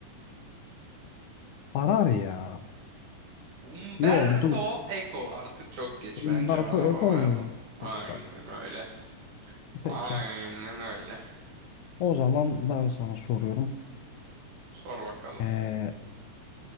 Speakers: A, on the left; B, on the right.
A: Arar ya.
B: Umberto
A: Yo dur.
B: Eco. Artık çok geç
A: Umberto
B: ben cevabı
A: Eco
B: verdim.
A: mu?
B: Aynen
A: Peki. tamam.
B: öyle. Aynen
A: Peki.
B: öyle.
A: O zaman ben sana soruyorum.
B: Sor bakalım.
A: Ee,